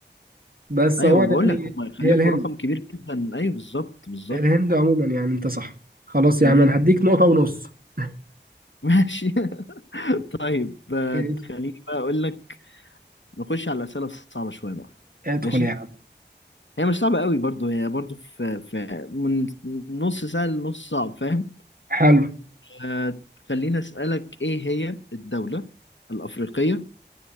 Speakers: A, on the right (about 50°); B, on the left (about 85°).
A: بس
B: ايوه
A: هو يعني
B: بقول لك هم يخلفوا
A: هي الهند
B: رقم كبير جدا ايوه بالظبط بالظبط
A: الهند عموما يعني انت صح خلاص يا
B: الهند
A: عم انا هديك نقطه ونص <laughs>
B: <laughs> ماشي طيب آه،
A: ماشي.
B: خليني بقى اقول لك نخش على الاسئله الصعبه شويه بقى
A: ادخل
B: ماشي
A: يا عم
B: هي مش صعبه قوي برضو هي برضو في في من نص سهل لنص صعب فاهم
A: حلو
B: آه خليني اسالك ايه هي الدوله الافريقيه